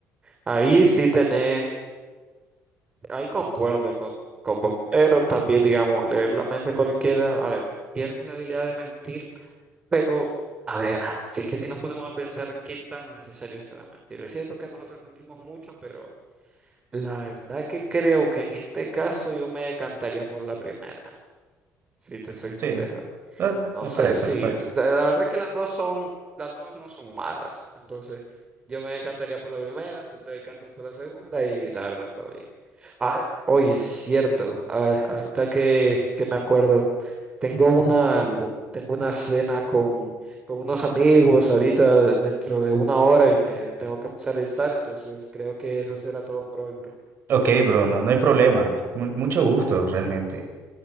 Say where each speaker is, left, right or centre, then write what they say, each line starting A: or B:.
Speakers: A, on the right (about 20°); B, on the right (about 45°).
A: ahí sí tenés Ahí concuerdo con, con vos, pero también, digamos, leer la mente cualquiera, a ver, pierdes la habilidad de mentir, pero, a ver, si es que si nos ponemos a pensar qué tan necesario será mentir. Es cierto que nosotros mentimos mucho, pero la verdad que creo que en este caso yo me decantaría por la primera, si te soy sincero.
B: Sí, eh,
A: No
B: me
A: sé,
B: parece,
A: sí,
B: me parece.
A: la, la verdad que las dos son, las dos no son malas, entonces yo me decantaría por la primera, tú te decantas por la segunda y la verdad todo bien. Ah, oye, es cierto. A- ahorita que, que me acuerdo, tengo una, tengo una cena con, con unos amigos ahorita dentro de una hora y me tengo que empezar a estar entonces creo que eso será todo por hoy, bro.
B: Ok, bro, no, no hay problema. Mu- mucho gusto, realmente.